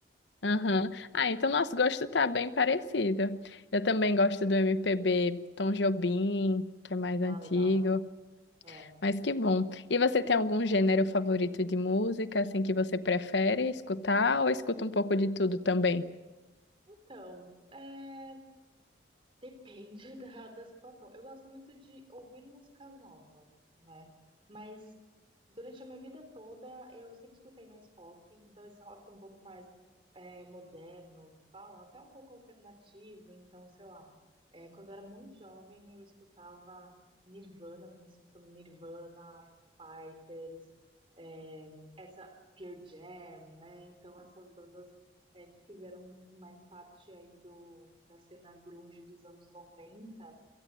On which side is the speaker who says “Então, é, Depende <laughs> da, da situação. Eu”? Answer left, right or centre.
Right